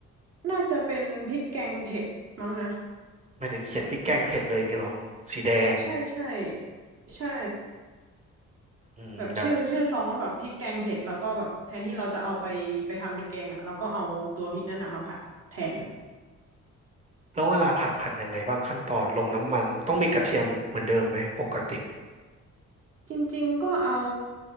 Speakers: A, on the right; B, on the right.
A: น่าจะเป็นพริกแกงเผ็ดมั้งนะ
B: หมายถึงเขียนพริกแกงเผ็ดเลยอย่างเงี้ยเหรอสีแดง
A: ใช่ใช่ใช่
B: อืมเดี๋ยว
A: แบบชื่อชื่อซองก็แบบพริกแกงเผ็ดแล้วก็แบบแทนที่เราจะเอาไปไปทำเป็นแกงอ่ะเราก็เอาตัวพริกนั่นน่ะมาผัดแทน
B: แล้วเวลาผัดผัดยังไงบ้างขั้นตอนลงน้ำมันต้องมีกระเทียมเหมือนเดิมไหมปกติ
A: จริงๆ ก็เอา